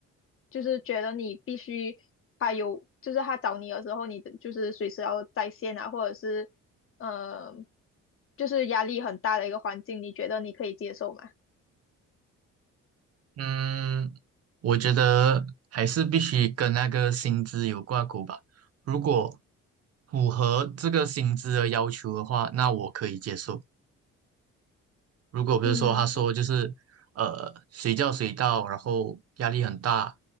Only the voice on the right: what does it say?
嗯，我觉得还是必须跟那个薪资有挂钩吧。如果符合这个薪资的要求的话，那我可以接受；如果比如说他说就是呃随叫随到，
然后压力很大，